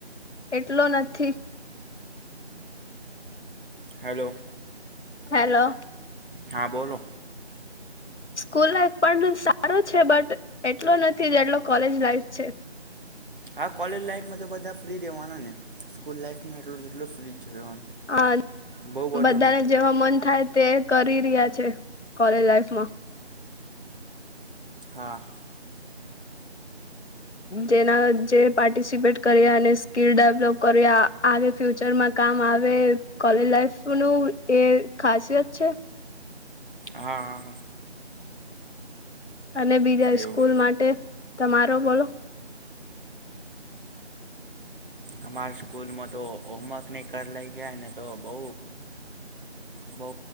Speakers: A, on the left; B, on the right.
A: એટલો નથી
B: હેલો.
A: હેલો.
B: હા બોલો.
A: સ્કૂલ લાઈફ પણ સારો છે, બટ એટલો નથી જેટલો કોલેજ લાઈફ છે.
B: હા કોલેજ લાઈફમાં તો બધા ફ્રી રહેેવાના ને સ્કૂલ લાઈફમાં <unintelligible> એટલો ફ્રી જ રેવાનું
A: આ
B: બો બધો
A: બધાને
B: નહી.
A: જેવા મન થાય તે કરી રહ્યા છે, કોલેજ લાઈફ માં
B: હા.
A: જેના જે પાર્ટિસિપેટ કર્યા અને સ્કીલ ડેવલપ કર્યા આગે ફ્યુચરમાં કામ આવે કોલેજ લાઈફનું એ ખાસિયત છે.
B: હા હા હા.
A: અને બીજા
B: એવું
A: સ્કૂલ માટે તમારો બોલો?
B: અમારા સ્કૂલમાં તો હોમવર્ક નહી કરી લઈ ગયા ને તો બો બો